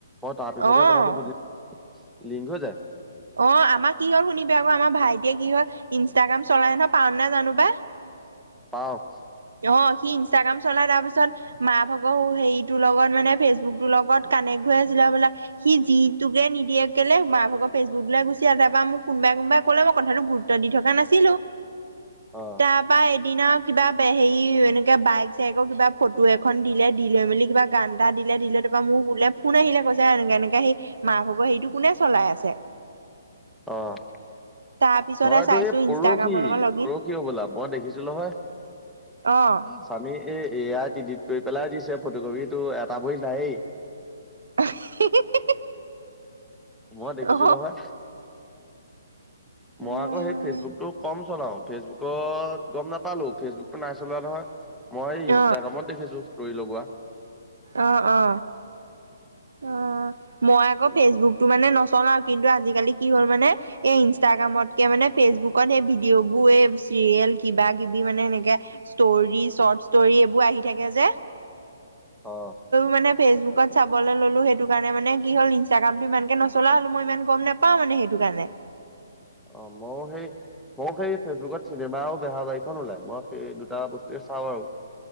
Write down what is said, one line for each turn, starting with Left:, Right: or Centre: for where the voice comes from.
Centre: অ', তাৰ পিছতহে
Right: অ
Centre: কথাটো বুজি লিংক হৈ যায়।
Right: অ', আমাৰ কি হ'ল শুনিবি আকৌ আমাৰ ভাইটিয়ে কি হ'ল ইনষ্টাগ্ৰাম চলাই নহয় পাওঁ নে জানো প্ৰায়।
Centre: পাওঁ।
Right: অ', সি ইনষ্টাগ্ৰাম চলাই তাৰ পিছত মা ভাগৰ হেৰিটোৰ লগত মানে ফেচবুকটোৰ লগত কানেক্ট হৈ আছিলে হ'বলা। সি যিটোকে নিদিয়ে কেলে মা ভাগৰ ফেচবুক লৈ গুচি আহে। তাৰপৰা মোক কোনোবাই কোনোবাই ক'লে মই কথাটো গুৰু দি থকা নাছিলো।
Centre: অ
Right: তাৰ পৰা এদিনা কিবা হেৰি এনেকে বাইক চাইকৰ কিবা ফটো এখন দিলে দি লৈ মেলি কিবা গান এটা দিলে দিলে তাৰপ পৰা মোৰ বোলে ফোন আহিলে কৈছে এনেকে এনেকে সি মা ভাগৰ সেইটো কোনে চলাই আছে?
Centre: অ',
Right: তাৰ পিছতহে
Centre: হয়তো
Right: চাইছো
Centre: এই
Right: ইনষ্টাগ্ৰামৰ
Centre: পৰহি
Right: লগত লগ ইন
Centre: পৰ হি হ'ব'লা মই দেখিছো নহয়।
Right: অ
Centre: চাবি এই এয়া ই এডিট কৰি পেলাই দিছে ফটো কপি সেইটো এটা ভৰি নাইয়ে।
Right: <inaudible>
Centre: মই দেখিছো
Right: অ
Centre: নহয়।
Right: উম,
Centre: মই আকৌ সেই ফেচবুকটো কম চলাও ফেচবুকত গম নাপালো ফেচবুকত নাই চলোৱা নহয়। মই ইনষ্টাগ্ৰামত
Right: অ
Centre: দেখিছো ষ্টৰি লগোৱা।
Right: অ', অ'। অ', মই আকৌ ফেচবুকতটো মানে নচলাও কিন্তু আজিকালি কি হ'ল মানে এই ইনষ্টাগ্ৰামতকে মানে ফেচবুকত এই ভিডিঅ'বোৰ এই চিৰিয়েল কিবা কিবি মানে সেনেকে ষ্টৰী চৰ্ট ষ্টৰি এইবোৰ আহি থাকে যে।
Centre: অ
Right: মানে ফেচবুকত চাব চাবলৈ ল'লো সেইটো কাৰণে মানে কি হ'ল ইনষ্টাগ্ৰামটো ইমানকে নচলোৱা হ'লো মই ইমান গম নাপাওঁ মানে সেইটো কাৰণে।
Centre: অ ময় সেই মোৰ সেই ফেচবুকত চিনেমাও বেহা বাৰীখন ওলাই মই সেই দুটা বস্তুৱে চাওঁ আৰু